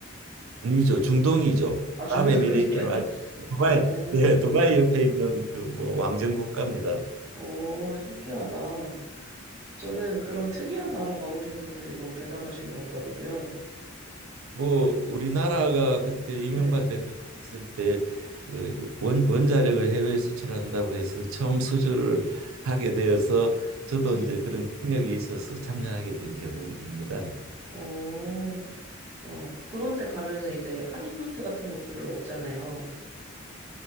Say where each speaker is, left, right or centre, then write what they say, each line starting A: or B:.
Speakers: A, on the right (about 80°); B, on the right (about 30°).
A: 아니죠,
B: 어디지?
A: 중동이죠.
B: 아, 중동이요.
A: 아랍에미레이트로 알
B: <laughs>
A: 두바이,
B: 아.
A: 예, 두바이 옆에 있는 그 뭐 왕정 국가입니다.
B: 오 신기하다. 저는 그런 특이한 나라 가보신 분들이 너무 대단하신 것 같더라고요.
A: 뭐 우리나라가 그때 이명박
B: 네.
A: 대통령 있을 때 그 원, 원자력을 해외에 수출한다고 해서 처음 수주를 하게 되어서 저도
B: 네.
A: 이제 그런 경력이 있어서 참여하게 된 경우입니다.
B: 어, 와. 그런데 가면은 이제 한인마트 같은 것도 별로 없잖아요.